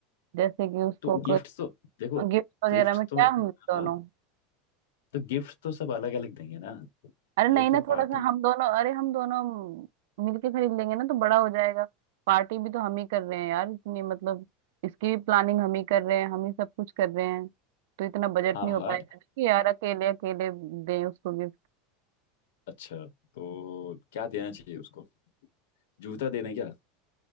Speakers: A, on the right (about 65°); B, on the left (about 80°).
A: जैसे कि उसको
B: तो गिफ्ट्स तो देखो
A: गिफ्ट वगैरह
B: गिफ्ट्स
A: में क्या
B: तो
A: हम दोनों
B: हाँ तो गिफ्ट्स तो सब अलग अलग देंगे ना
A: अरे नहीं
B: ये
A: ना
B: तो
A: थोड़ा
B: पार्टी
A: सा हम दोनों अरे हम दोनों मिलके खरीद लेंगे ना तो बड़ा हो जाएगा पार्टी भी तो हम ही कर रहे हैं यार इतनी मतलब इसकी भी प्लानिंग हम ही कर रहे हैं हम ही सब कुछ कर रहे हैं तो इतना बजट
B: हाँ
A: नहीं हो
B: हाँ
A: पाएगा ना कि यार अकेले अकेले दें उसको गिफ्ट
B: अच्छा तो क्या देना चाहिए उसको जूता दे दें क्या